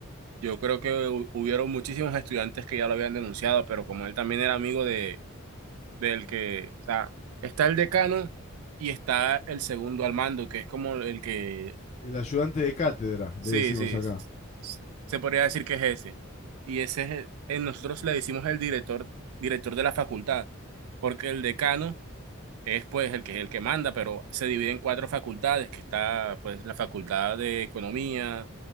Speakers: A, on the right (about 80°); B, on the left (about 30°).
A: yo creo que hu- hubieron muchísimos estudiantes que ya lo habían denunciado, pero como él también era amigo de del que, o sea, está el decano y está el segundo al mando, que es como el que,
B: El ayudante de cátedra,
A: sí,
B: le decimos
A: sí,
B: acá.
A: s- se podría decir que es ese. Y ese es, el- eh, nosotros le decimos el director, director de la facultad, porque el decano es pues el que el que manda, pero se divide en cuatro facultades, que está pues la facultad de economía,